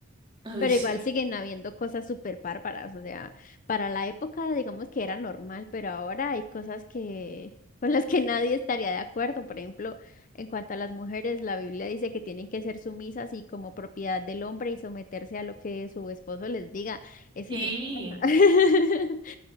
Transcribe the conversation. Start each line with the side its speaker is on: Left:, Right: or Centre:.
Right: Uy,
Left: Pero
Right: sí.
Left: igual siguen habiendo cosas súper bárbaras, o sea, para la época digamos que era normal, pero ahora hay cosas que con las que nadie estaría de acuerdo. Por ejemplo, en cuanto a las mujeres, la Biblia dice que tienen que ser sumisas y como propiedad del hombre y someterse a lo que su esposo les diga. Eso
Right: Sí,
Left: ya no pasa. <laughs>